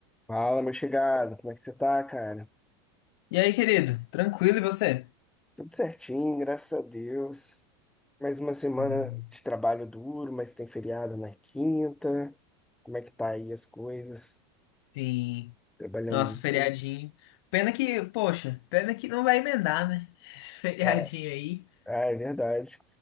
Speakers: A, in the centre; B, on the left.
A: Fala, meu chegado, como é que você tá, cara?
B: E aí, querido? Tranquilo, e você?
A: Tudo certinho, graças a Deus. Mais uma semana
B: Maravilha.
A: de trabalho duro, mas tem feriado na quinta. Como é que tá aí as coisas?
B: Sim.
A: Trabalhando
B: Nossa, feriadinho.
A: muito.
B: Pena que, poxa, pena que não vai emendar, né? <laughs> Esse feriadinho
A: Ah,
B: aí.
A: ah, é verdade.